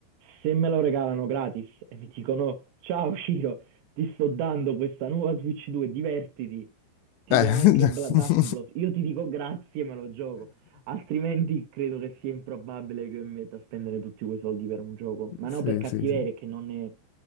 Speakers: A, on the right; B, on the left.
A: se me lo regalano gratis <laughs> e mi dicono, ciao Ciro, ti sto dando questa nuova Switch 2, divertiti, ti
B: Eh,
A: do anche
B: <laughs>
A: Bla- Dusk Blood. Io ti dico grazie e me lo gioco. Altrimenti credo che sia improbabile che mi metta a spendere tutti quei soldi per un gioco. Ma no,
B: Sì,
A: per cattiveria,
B: sì, sì.
A: è che non ne